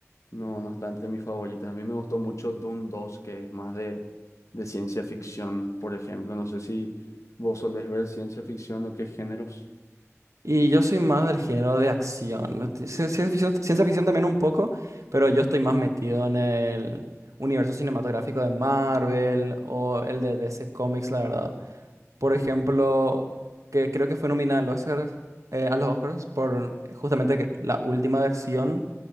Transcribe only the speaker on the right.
Y yo soy más del género de acción. ¿no? Ci- ci- Ciencia ficción, ciencia ficción también un poco, pero yo estoy más metido en el universo cinematográfico de Marvel o el de DC Comics, la verdad. Por ejemplo, que creo que fue nominada al Oscar, eh, a los Oscars por eh, justamente que- la última de acción.